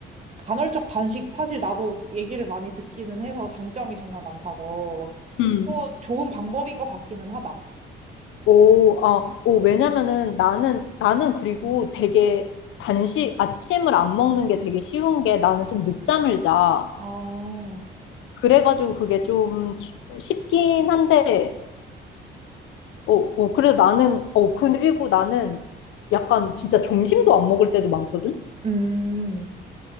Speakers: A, on the right (about 35°); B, on the left (about 85°).
A: 간헐적 단식 사실 나도 얘기를 많이 듣기는 해서 장점이 정말 많다고
B: 음.
A: 또 좋은 방법인 것 같기는 하다.
B: 오, 아, 오, 왜냐면은 나는, 나는 그리고 되게 간식, 아침을 안 먹는 게 되게 쉬운 게 나는 좀 늦잠을 자.
A: 아,
B: 그래가지고 그게 좀 쉬- 쉽긴 한데, 어, 어, 그래 나는, 어, 그리고 나는 약간 진짜 점심도 안 먹을 때도 많거든?
A: 음,